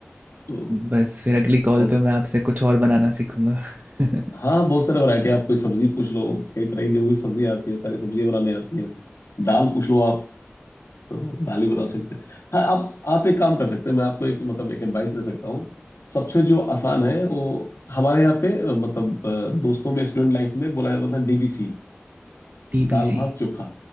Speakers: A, on the left; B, on the right.
A: तो
B: बस फिर अगली कॉल
A: बहुत
B: पे मैं आपसे कुछ और बनाना सीखूंगा <laughs>
A: हाँ बहुत सारे वैरायटी आप कोई सब्जी पूछ लो कई तरह की जो भी सब्जी आती है सारी सब्जियां बनाने आती हैं दाल पूछ लो आप तो दाल ही बता सकते हैं हाँ आप आप एक काम कर सकते हैं मैं आपको एक मतलब एक एडवाइस दे सकता हूँ सबसे जो आसान है वो हमारे यहाँ पे अ, मतलब अ, दोस्तों में स्टूडेंट लाइफ में बोला जाता था डीबीसी
B: डीबीसी
A: दाल भात चोखा